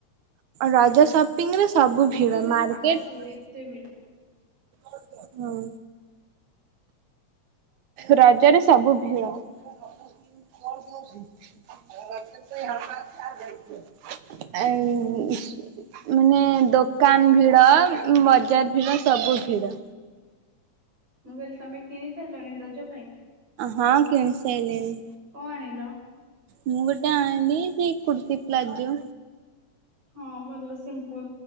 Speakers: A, on the right (about 75°); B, on the right (about 55°).
A: ରଜ ସାବ ରେ ସବୁ ଭିଡ
B: ବି
A: ମାର୍କେଟ
B: ବସିବ ଏତେ ଭିଡ
A: ହୁଁ। ରଜରେ ସବୁ ଭିଡ। <unintelligible> ମାନେ ଦୋକାନ ଭିଡ ବଜାର ଭିଡ ସବୁ ଭିଡ।
B: ମୁଁ କହିଲି ତମେ କିଣି ସାରିଲଣି ରଜ ପାଇଁ?
A: ହଁ କିଣି ସାରିଲିଣି।
B: କଣ ଆଣିଲ?
A: ମୁଁ ଗୋଟେ ଆଣିଲି ସେ କୁର୍ତ୍ତୀ ପ୍ଲାଜୋ।
B: ହଁ ଭଲ ସିମ୍ପୁଲ।